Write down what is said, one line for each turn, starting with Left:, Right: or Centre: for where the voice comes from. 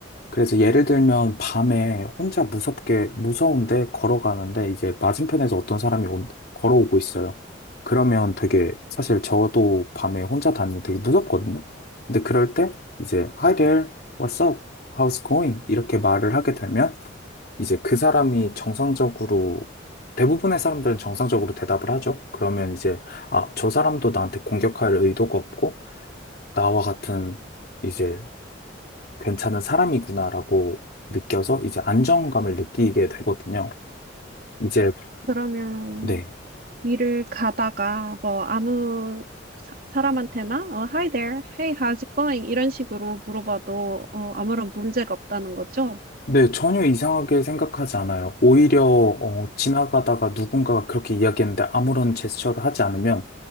Left: 그래서 예를 들면 밤에 혼자 무섭게 무서운데 걸어가는데 이제 맞은편에서 어떤 사람이 온- 걸어오고 있어요. 그러면 되게 사실 저도 밤에 혼자 다니면 되게 무섭거든요. 근데 그럴 때 이제 Hi there, what's up, how's going 이렇게 말을 하게 되면 이제 그 사람이 정상적으로 대부분의 사람들은 정상적으로 대답을 하죠. 그러면 이제 아, 저 사람도 나한테 공격할 의도가 없고 나와 같은 이제 괜찮은 사람이구나라고 느껴서 이제 안정감을 느끼게 되거든요. 이제
Right: 그러면
Left: 네.
Right: 일을 가다가 뭐 아무 사, 사람한테나 어, Hi there, Hey, how's it going? 이런 식으로 물어봐도 어, 아무런 문제가 없다는 거죠?
Left: 네, 전혀 이상하게 생각하지 않아요. 오히려 어, 지나가다가 누군가가 그렇게 이야기했는데 아무런 제스처를 하지 않으면